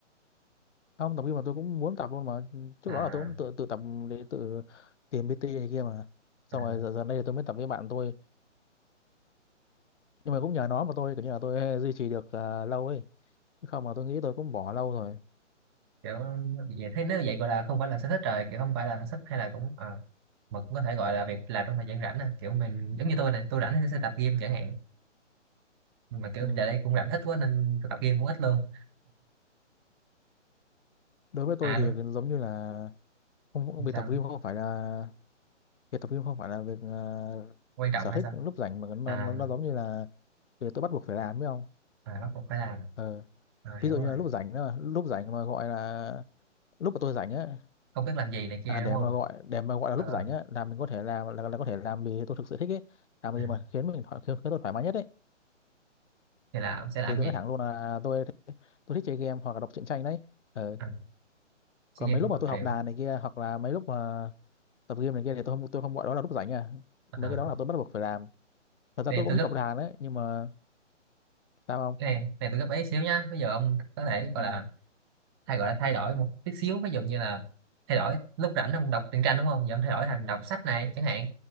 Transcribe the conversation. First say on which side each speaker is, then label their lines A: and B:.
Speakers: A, on the left (about 70°); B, on the right (about 20°).
A: không tập gym mà tôi cũng muốn tập luôn mà trước
B: à,
A: đó là tôi cũng tự tự tập để tự tìm PT này kia mà xong
B: à
A: rồi giờ giờ đây tôi mới tập với bạn tôi nhưng mà cũng nhờ nó mà tôi kiểu như là tôi duy trì được à, lâu ấy chứ không mà tôi nghĩ tôi cũng bỏ lâu rồi
B: kiểu vậy thế nếu vậy gọi là không phải là sở thích rồi kiểu không phải là sở thích hay là cũng à, mà cũng có thể gọi là việc làm trong thời gian rảnh à. kiểu mình giống như tôi này tôi rảnh thì tôi sẽ tập gym chẳng hạn nhưng mà kiểu
A: ừ.
B: giờ đây cũng rảnh ít quá nên tôi tập gym cũng ít luôn
A: đối với
B: à
A: tôi thì
B: đúng
A: giống như là không việc
B: sao
A: tập gym không phải là việc tập gym không phải là việc à,
B: quan trọng
A: sở
B: hay
A: thích
B: sao
A: lúc rảnh mà nó,
B: à,
A: nó, nó giống như là việc tôi bắt buộc phải làm phải không
B: à bắt buộc phải làm
A: Ờ.
B: à,
A: ví
B: hiểu
A: dụ như
B: rồi
A: là lúc rảnh đó, lúc rảnh mà gọi là lúc mà tôi rảnh á
B: không biết làm gì này kia
A: à, để
B: đúng không
A: mà gọi để mà gọi là
B: Ờ,
A: lúc rảnh á là mình có thể làm là, là có thể làm vì tôi thực sự thích ấy làm gì
B: ừ.
A: mà khiến mình thoải khiến, khiến tôi thoải mái nhất ấy
B: thì là ông sẽ làm
A: thì tôi
B: gì
A: nói thẳng luôn là tôi tôi thích chơi game hoặc là đọc truyện tranh đấy ờ,
B: à, sea
A: còn
B: games
A: mấy
B: một
A: lúc
B: tập
A: mà tôi
B: truyện
A: học đàn này kia hoặc là mấy lúc mà tập game này kia thì tôi không tôi không gọi đó là lúc rảnh à mấy
B: à,
A: cái đó là tôi bắt buộc phải làm thật ra
B: cái
A: tôi
B: này
A: cũng
B: tôi
A: thích
B: gấp
A: học đàn đấy nhưng mà sao không
B: cái này, cái này tôi gấp ấy xíu nhá bây giờ ông có thể gọi
A: ừ.
B: là thay gọi là thay đổi một tí xíu ví dụ như là thay đổi lúc rảnh ông đọc truyện tranh đúng không giờ ông thay đổi thành đọc sách này chẳng hạn